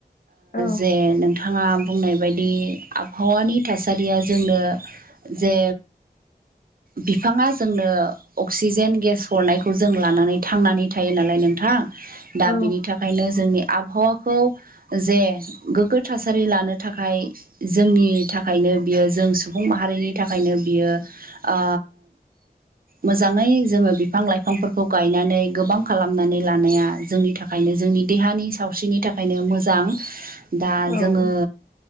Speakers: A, on the left (about 60°); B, on the right (about 60°).
A: औ
B: जे नोंथां। बिथाङा बुंनाय बायदि आबहावानि थासारिया जोंनो। जे
A: <inaudible>
B: बिफाङा जोंनो अक्सिजेन गेस हरनायखौ जों लानानै थांनानै थायो नालाय नोंथां। दा
A: औ
B: बेनि थाखायनो जोंनि आबहावा खौ जे गोग्गो थासारि लानो थाखाय। जोंनि थाखायनो बियो जों सुबुं माहारिनि थाखायनो बियो आ। मोजाङै जोङो बिफां लाइफांफोरखौ गायनानै गोबां खालामनानै लानाया। जोंनि थाखायनो जोंनि देहानि सावस्रिनि थाखाय ओंखायनो मोजां दा
A: औ
B: जोङो।